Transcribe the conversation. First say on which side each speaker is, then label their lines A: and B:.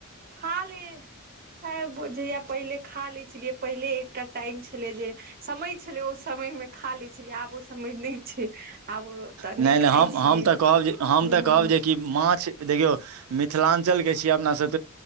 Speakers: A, on the right; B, on the right.
A: खा ले जब जहिया पहिले खा लै छेलियै पहिले एकटा टाइम छेलै जे समय छेलै ओ समयमे खा लै छेलियै आब समय नहि छै आब तऽ
B: नहि नहि
A: खाइ
B: हमऽ
A: छियै
B: हम तऽ कहब हम
A: जेना
B: तऽ कहब जे कि माछ देखियौ मिथिलांचल के छियै अपना सब